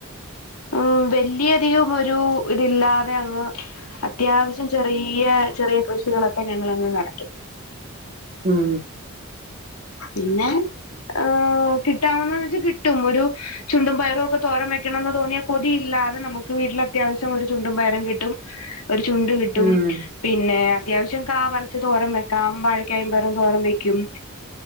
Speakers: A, on the left; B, on the right.
A: ഉം വല്ലിയധികം ഒരു ഇതില്ലാതെ അങ്ങ് അത്യാവശ്യം ചെറിയ ചെറിയ കൃഷികളൊക്കെ ഞങ്ങള്ങ്ങ് നടത്തും
B: ഉം
A: പിന്നെ ആഹ് കിട്ടാവുന്ന വെച്ചാ കിട്ടും ഒരു ചുണ്ടും പയറും ഒക്കെ തോരം വെക്കണംന്ന് തോന്നിയ കൊതിയില്ലാതെ നമുക്ക് വീട്ടില് അത്യാവശ്യം ഒരു ചുണ്ടും പയറും കിട്ടും
B: <inaudible>
A: ഒരു ചുണ്ട് കിട്ടും
B: ഉം
A: പിന്നെ അത്യാവശ്യം കാ പറിച്ച് തോരം വെക്കും കാ വാഴക്കയമ്പറം തോരം വെക്കും